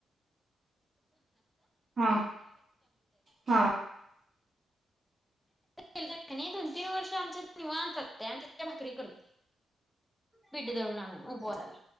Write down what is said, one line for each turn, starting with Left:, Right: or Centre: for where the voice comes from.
Right: हा हा
Centre: दोन तीन वर्ष आमच्या निवांतय आम् भाकरी करत
Right: ह
Centre: बिड दळ नरला